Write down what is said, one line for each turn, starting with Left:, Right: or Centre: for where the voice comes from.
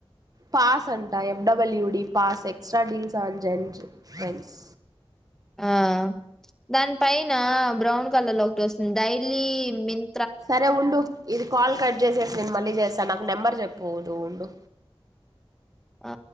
Right: పాస్ సంటా F W D pass extra deals on జెం ఫెండ్స్
Centre: ఆ దాని పైన బ్రౌన్ కలర్ లో ఓటి వస్తుంది డైలీ మిన్
Right: సరే ఉండు ఇది కాల్ కట్ చేసేసి నేను మళ్ళీ చేస్తాను నాకు నెంబర్ చెప్ పోతుండు
Centre: ఆ